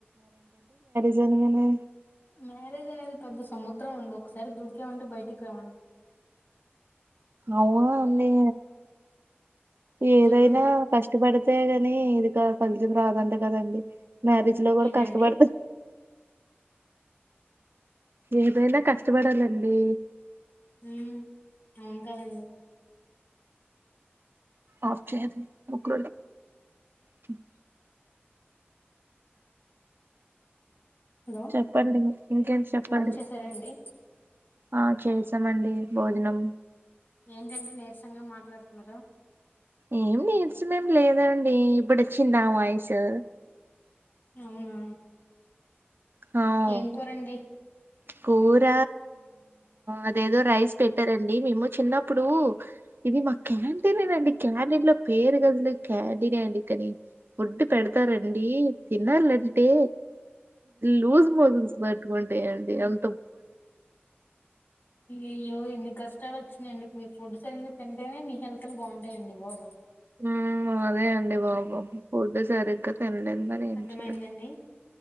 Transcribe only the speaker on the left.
మ్యారేజ్ అనేది పత్ సము ఉండి ఒకసారి దూకాం అంటే బయటికి రావండి
చెప్పండి
ఏంటండి
ఉమ్ అవును కదండి
హలో
భోన్ చేసారండి
ఏంటండి నీరసంగా మాట్లాడు ఉన్నదా
అవునా
ఏం కూరండి
ఏమో ఎన్నిన్ కష్టాలు వచ్చినండి మీరు ఫుడ్ సరిగ్గా తింటేనే మీ హెల్త్లు బాగుంటాయండి. బ
అర్థమైందండి